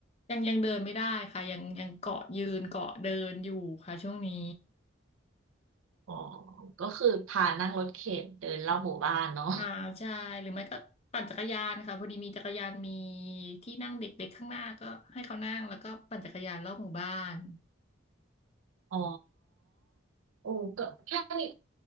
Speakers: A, on the left; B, on the right.
A: ยังยังเดินไม่ได้ค่ะยังยังเกาะยืนเกาะเดินอยู่ค่ะช่วงนี้
B: อ๋อก็คือพานั่งรถเข็นเดินรอบหมู่บ้านเนาะ
A: อ่าใช่หรือไม่ก็ปั่นจักรยานค่ะพอดีมีจักรยานมีที่นั่งเด็กๆข้างหน้าก็ให้เขานั่งแล้วก็ปั่นจักรยานรอบหมู่บ้าน
B: อ๋อโอ้ก็แค่นี้